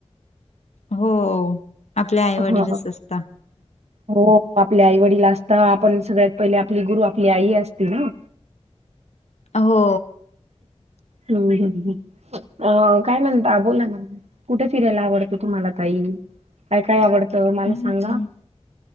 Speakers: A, on the left; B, on the right.
A: हो आपल्या आईवडीलीलच
B: हा
A: असता.
B: हो आपल्या आई वडील असता, आपण सगळ्यात पहिले गुरु आपली असती ना.
A: हो.
B: हम अ काय म्हणता बोला ना? कुठे फिरायला आवडतं तुम्हाला तई काय काय आवडतं मला
A: हम्म.
B: सांगा?